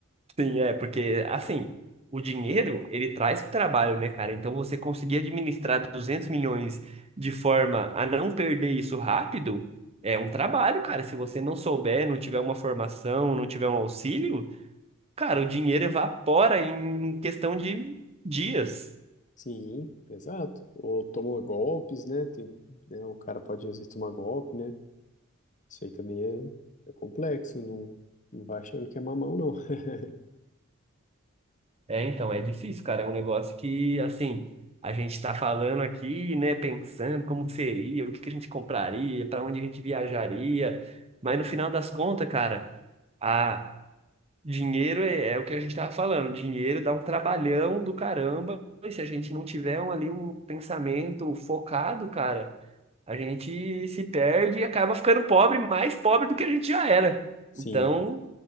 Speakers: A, on the right (about 30°); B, on the left (about 35°).
A: Sim, é, porque assim, o dinheiro, ele traz trabalho, né, cara? Então você conseguir administrar 200 milhões de forma a não perder isso rápido, é um trabalho, cara. Se você não souber, não tiver uma formação, não tiver um auxílio, cara, o dinheiro evapora em questão de dias.
B: Sim, exato. Ou tomou golpes, né? Tem, né? O cara pode, às vezes, tomar golpe, né? Isso aí também é, é complexo, não, não vai achando que é mamão, não. <laughs>
A: É, então, é difícil, cara. É um negócio que, assim, a gente tá falando aqui, né, pensando como que seria, o que que a gente compraria, para onde a gente viajaria, mas no final das contas, cara, a Dinheiro é, é o que a gente estava falando. Dinheiro dá um trabalhão do caramba. E se a gente não tiver um, ali um pensamento focado, cara, a gente se perde e acaba ficando pobre, mais pobre do que a gente já era.
B: Sim,
A: Então,